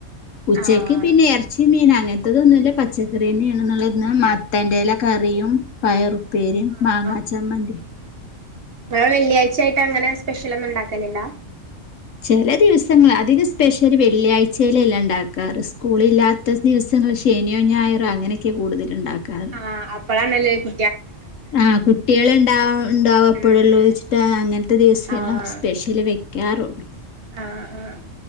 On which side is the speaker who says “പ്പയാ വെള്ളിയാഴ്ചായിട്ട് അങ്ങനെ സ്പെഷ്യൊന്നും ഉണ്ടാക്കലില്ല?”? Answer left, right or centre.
Right